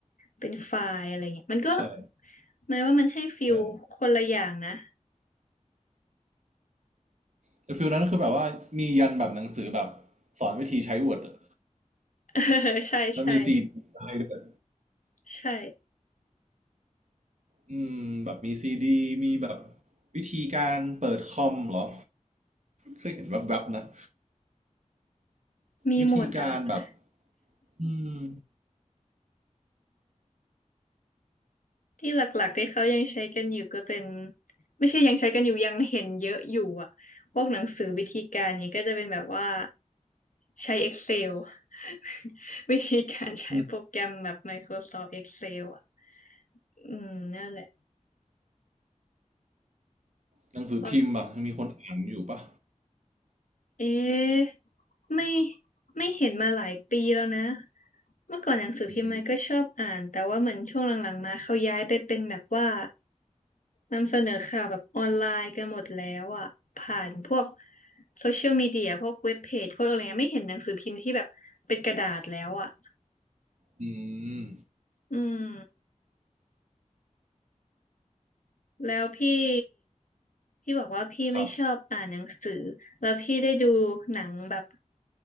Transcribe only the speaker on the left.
เป็นไฟล์อะไรเงี้ยมันก็
หมายว่ามันให้ฟิลคนละอย่างนะ
<laughs> ใช่ใช่
ใช่
มีหมดอะ
ที่หลักๆที่เขายังใช้กันอยู่ก็เป็นไม่ใช่ยังใช้กันอยู่ยังเห็นเยอะอยู่อะพวกหนังสือวิธีการเนี้ยก็จะเป็นแบบว่าใช้ Excel <laughs> วิธีการใช้โปรแกรมแบบ
Microsoft Excel อ่ะ อืม นั่นแหละ
ปะเอ๊ะไม่ไม่เห็นมาหลายปีแล้วนะ เมื่อก่อนหนังสือพิมพ์มันก็ชอบอ่าน
แต่ว่าเหมือนช่วงหลังๆมาเขาย้ายไปเป็นแบบว่านำเสนอข่าวแบบออนไลน์กันหมดแล้วอ่ะ ผ่านพวกโซเชียลมีเดียพวกเว็บเพจพวกอะไรเงี้ยไม่เห็นหนังสือพิมพ์ที่แบบเป็นกระดาษแล้วอ่ะ
อืม แล้วพี่พี่บอกว่าพี่ไม่ชอบอ่านหนังสือแล้วพี่ได้ดูหนังแบบ